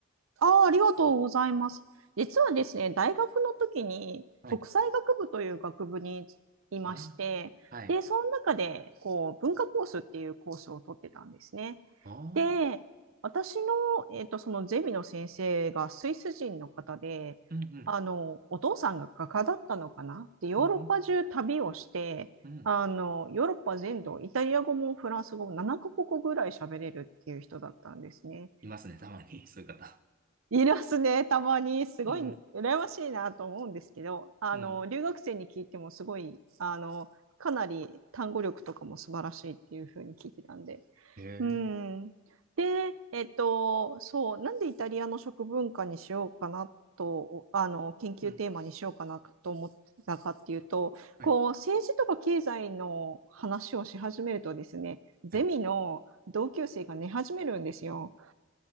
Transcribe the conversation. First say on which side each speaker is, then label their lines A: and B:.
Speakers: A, on the right; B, on the right.
A: あー、ありがとうございます。実はですね、大学の時に国際学部という学部にいまして、
B: はい。ああ、はい。
A: で、その中で、こう、文化コースっていうコースを取ってたんですね。
B: ああ、
A: で、私の、えっと、そのゼミの先生がスイス人の方で、
B: うんうん、
A: あの、お父さんが画家だったのかなで、ヨーロッパ中旅をして、
B: うんうん、うん。
A: あの、ヨーロッパ全土、イタリア語もフランス語も7カ国語ぐらい喋れるっていう人だったんですね。
B: いますね、たまに、そういう方。
A: いますね、たまに。すごい羨ましいなと思うんですけど、
B: うん、
A: あの、
B: うん。
A: 留学生に聞いてもすごい、あの、かなり単語力とかも素晴らしいっていうふうに聞いてたんで、
B: へえ。
A: うん。で、えっと、そう、なんでイタリアの食文化にしようかなと、あの、研究テーマにしようかなと思ってたかっていうと、
B: うん。はい。
A: こう、政治とか経済の話をし始めるとですね、ゼミの同級生が寝始めるんですよ。
B: はい。